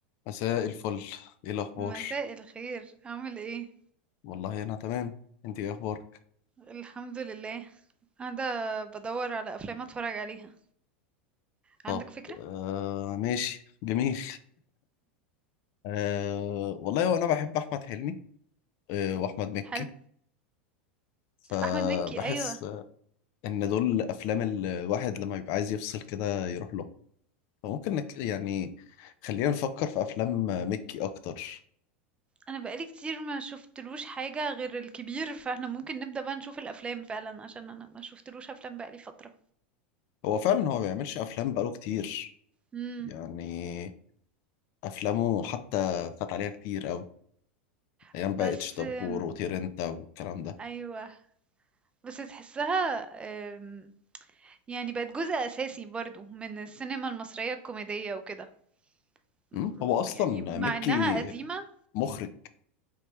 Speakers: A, on the left (about 55°); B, on the right (about 20°).
A: مساء الفل ايه الاخبار
B: مساء الخير عامل ايه
A: والله انا تمام انت ايه اخبارك
B: الحمد لله قاعده بدور على افلام اتفرج عليها عندك
A: طب
B: فكره
A: آه ماشي جميل آه والله وانا بحب احمد حلمي آه واحمد مكي
B: حلو
A: فبحس
B: احمد مكي ايوه
A: آه، ان دول افلام الواحد لما بيبقى عايز يفصل كده يروح له فممكن نك يعني خلينا نفكر في افلام آه، مكي اكتر
B: انا بقالي كتير ما شفتلوش حاجه غير الكبير فاحنا ممكن نبدا بقى نشوف الافلام فعلا عشان انا ما شفتلوش افلام بقالي فتره
A: هو فعلا هو ما بيعملش افلام بقاله كتير
B: امم
A: يعني افلامه حتى فات عليها كتير قوي ايام
B: بس
A: بقى اتش دبور
B: أم،
A: وطير انت والكلام ده
B: ايوه بس تحسها أم، يعني بقت جزء اساسي برضو من السينما المصريه الكوميديه وكده أم،
A: مم. هو اصلا
B: يعني مع
A: مكي
B: انها قديمه
A: مخرج